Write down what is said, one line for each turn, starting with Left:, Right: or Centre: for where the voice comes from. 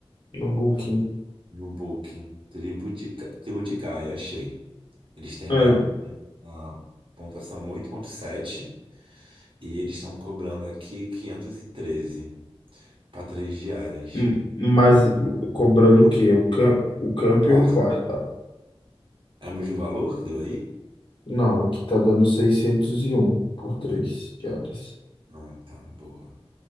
Left: No Booking.
Right: no Booking. Tribo de, Ga- Tribo de Gaia, achei. Eles têm uma,
Left: É,
Right: uma pontuação oito ponto sete e eles estão cobrando aqui 513 para três diárias.
Left: hum, mas cobrando
Right: No
Left: o quê? O cam o camping
Right: quarto.
Left: ou o quarto? tá?
Right: É o mesmo valor que deu aí?
Left: Não, aqui tá dando 601 por 3 diárias.
Right: Ah, tá, boa.